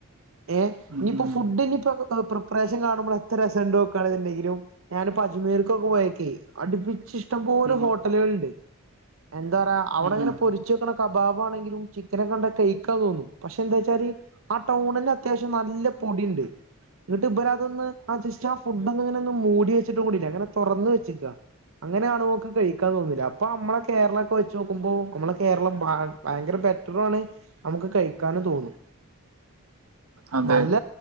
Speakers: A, on the right; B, on the right.
A: ഏ
B: ഉം
A: നിയിപ്പോ
B: ഉം
A: ഫുഡിനിപ്പൊ പ്രിപ്പറേഷൻ കാണുമ്പോ എത്ര രസംണ്ട് നോക്കാണെ ന്ന്ണ്ടെങ്കിലും ഞാനന് പ്പോ അജ്മീർക്കൊക്കെ പോയക്കെ അടുപ്പിച്ച് ഇഷ്ടംപോലെ
B: ഉം
A: ഹോട്ടലുകൾണ്ട് എന്താ പറയാ അവിടെങ്ങനെ
B: ഉം ഉം.
A: പൊരി ച്ചു വെക്കണ കബാബ ആണെങ്കിലും ചിക്കന ഒക്കെ കണ്ട കെയ്ക്കാതോന്നും പക്ഷെ എന്താ ച്ചാല് ആ ടൗണന്നെ അത്യാവശ്യം നല്ല പൊടി ണ്ട് ന്ന്ട്ട് ബര ഇതൊന്ന് ആ ജസ്റ്റ് ആ ഫുഡ് ഒന്ന് ങ്ങനെന്ന് മൂടി വെച്ചിട്ട് കൂടില്ല ങ്ങനെ തൊറന്ന് വെച്ച്ക്ക. അങ്ങനാണോക്ക് കഴിക്കാ തോന്നുല്ല അപ്പൊ അമ്മളെ കേരള ക്കെ വെച്ചു നോക്കുമ്പോ അമ്മളെ കേരളം ദയ ഭയങ്കര ബെറ്ററാ ണ് നമുക്ക് കഴിക്കാനും തോന്നും.
B: അതെ
A: നല്ല